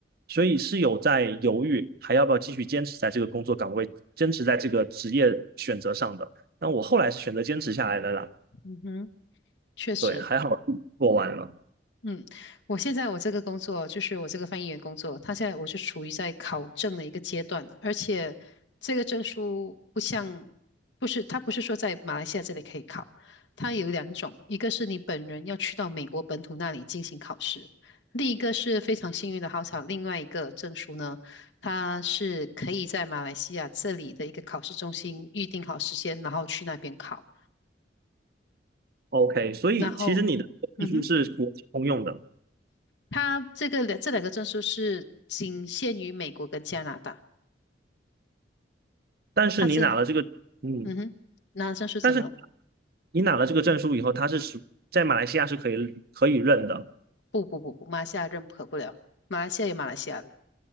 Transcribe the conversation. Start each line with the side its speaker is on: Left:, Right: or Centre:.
Right: 所以是有在犹豫还要不要继续坚持在这个工作岗位，坚持在这个职业选择上的。那我后来是选择坚持下来的啦，
Left: 嗯哼，确实。
Right: 对，还好做完了。
Left: 嗯，我现在我这个工作就是我这个翻译员工作，他现在我是处于在考证的一个阶段了，而且这个证书不像，不是，他不是说在马来西亚这里可以考，它有两种，一个是你本人要去到美国本土那里进行考试，另一个是非常幸运的好巧，另外一个证书呢，它是可以在马来西亚这里的一个考试中心预定好时间，然后去那边考，
Right: OK，所以其实你的技术是国际通用的，
Left: 然后，嗯哼。他这个两这两个证书是仅限于美国跟加拿大，
Right: 但是你拿了这个，
Left: 他证，
Right: 嗯。
Left: 嗯哼，那证书怎么了
Right: 但是。你拿了这个证书以后，它是属在马来西亚是可以可以认的。
Left: 不不不不，马来西亚认可不了，马来西亚有马来西亚的。